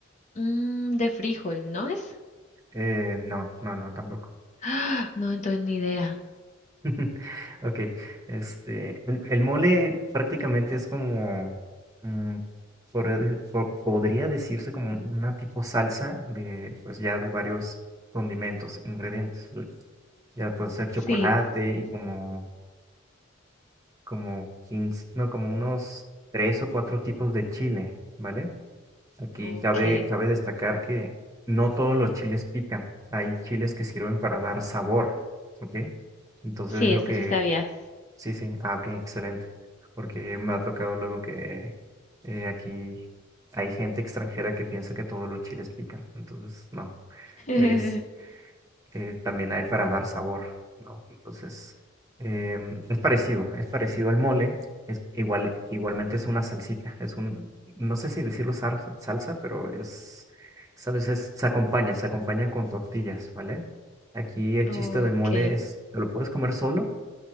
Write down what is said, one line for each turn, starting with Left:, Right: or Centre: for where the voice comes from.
Left: Mm, de frijol, ¿no es?
Right: Eh, no, no, no, tampoco.
Left: Ah, No, entonces ni idea.
Right: <laughs> Ok, este, el, el mole prácticamente es como, mm, podría de- po- podría decirse como una tipo salsa de, pues ya de varios condimentos, ingredientes. ¿vale? Ya puede ser
Left: Sí,
Right: chocolate y como, como 15, no, como unos tres o cuatro tipos de chile, ¿vale? Aquí
Left: ok.
Right: cabe, cabe destacar que no todos los chiles pican. Hay chiles que sirven para dar sabor, ¿ok? Entonces
Left: Sí,
Right: es lo
Left: esto
Right: que...
Left: sí sabía.
Right: Sí, sí. Ah, ok, excelente. Porque me ha tocado luego que eh, aquí hay gente extranjera que piensa que todos los chiles pican. Entonces, no.
Left: <laughs>
Right: Es, eh, también hay para dar sabor, ¿no? Entonces, em, es parecido, es parecido al mole, es igual, igualmente es una salsita, es un, no sé si decirlo salsa, salsa, pero es, sabes, es- se acompaña, se acompaña con tortillas, ¿vale? Aquí el chiste
Left: Ok.
Right: de mole es, ¿lo puedes comer solo